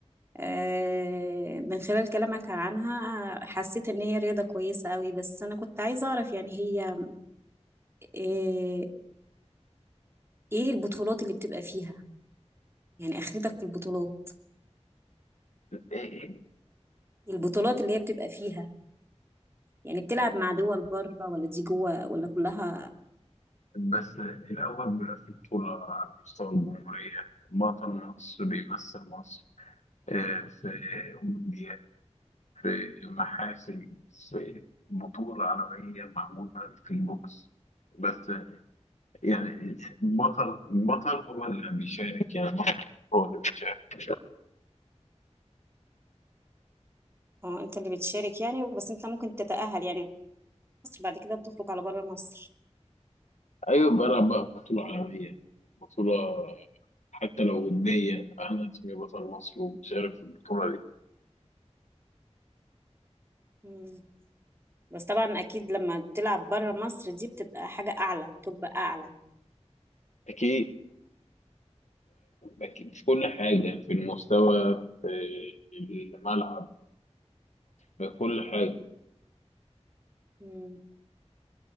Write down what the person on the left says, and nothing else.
إيه إيه
بس الأول بيبقى في بطولة على مستوى الجمهورية بطل مصر بيمثل مصر آه، في أولمبياد في محاسن في بطولة عالمية معمولة في البوكس بس يعني البطل البطل هو اللي بيشارك يعني البطل هو اللي بيشارك
ايوه بلعب بقى بطولة عالمية بطولة حتى لو ودية انا اسمي بطل مصر ومشارك في البطولة دي
اكيد اكيد في كل حاجة في المستوى في الملعب في كل حاجة